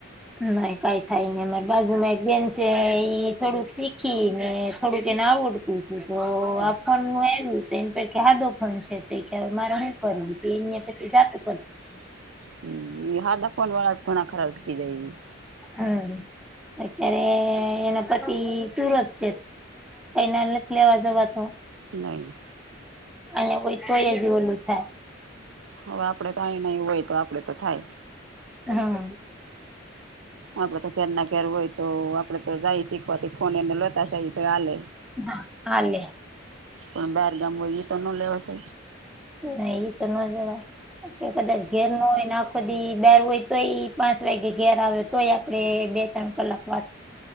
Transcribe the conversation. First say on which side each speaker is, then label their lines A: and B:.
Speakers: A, in the centre; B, on the right.
A: નઈ કાઈ થાય ની ને બાજુમાં એક બેન્ચે એ થોડુંક શીખી ને થોડુંક એને આવડ તો
B: હા
A: આ ફોનું <unintelligible> સાદો ફોન છે તો કે મારે હું કરવું. <unintelligible>
B: હમ્મ ઈ હાદા ફોન વાળા જ ખણા ખરા અટકી જાય.
A: હમ્મ. અત્યારે એના પતિ સુરત <unintelligible> લેવા જવા તો.
B: નહીં.
A: અને હોઈ તોય દિવલું થાય.
B: હવા આપડે તો અહીંયા નય હોય તો આપડે તો થાય
A: હ.
B: આપડે તો કેર ના કેર હોય તો આપડે તો જાય શીખવાથી ફોન એને લેતા જાયએ તો અવે.
A: હા હાલે
B: <unintelligible> હોયએ ઈતો લેવાશે.
A: નઈ ઈ તો ન જવાય કદાચ ઘે <unintelligible> આખો દી બેર હોય તોય પાંચ વાગે ઘેર આવે તોય આપડે બે ત્રણ કલાક વાત.